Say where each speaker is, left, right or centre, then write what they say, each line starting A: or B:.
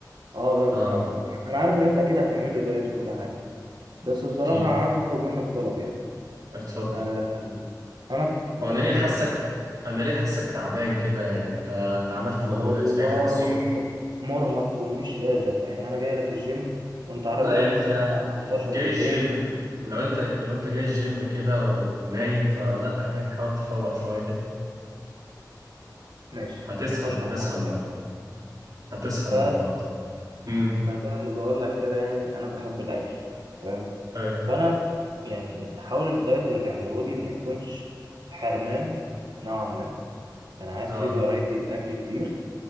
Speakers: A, on the right; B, on the right.
A: اه باكل
B: اه
A: حوالي انا أنا عارف ان انت اكيد هتعمل لي دايت وكل حاجه بس بصراحه
B: اكيد
A: انا عايز اطلب منك طلب يعني
B: اتفضل
A: آه انا ب- بحب
B: هو انا ليه حاسك
A: الاكل
B: انا ليه حاسك تعبان كده يعني انت انت عملت مجهود
A: والله
B: اي أي حاجه الصبح
A: مرهق ومش قادر يعني انا جاي لك الجيم وانت عارف
B: لا
A: دلوقتي
B: يعني انت
A: الساعه 11
B: جاي
A: بالليل
B: الجيم لو انت لو انت جاي الجيم كده و... ونايم فلا يعني حاول تفوق شويه كده
A: ماشي
B: هتسخن
A: هشرب
B: هتسخن
A: ميه
B: معانا
A: كده
B: هتسخن
A: ف...
B: مع الوقت امم
A: فزي ما بقول لك كده يعني انا بحب الاكل فاهم
B: أيوه.
A: فانا يعني حاول الدايت اللي تعمله لي ما يكونش حرمان نوعا ما يعني عايز
B: اه
A: فيه فرايتي الاكل كتير